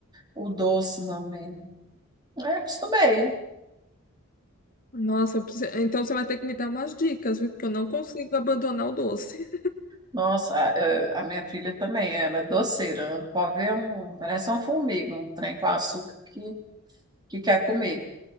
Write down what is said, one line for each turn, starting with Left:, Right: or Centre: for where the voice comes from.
Right: O doce, não lembro. É, acostumei.
Left: nossa, eu preciso- então você vai ter que me dar umas dicas, viu? Porque eu não consigo abandonar o doce.
Right: Nossa, a, a- a minha filha também, ela é doceira. Não Pode ver um, parece uma formiga, um trem com açúcar que, que quer comer.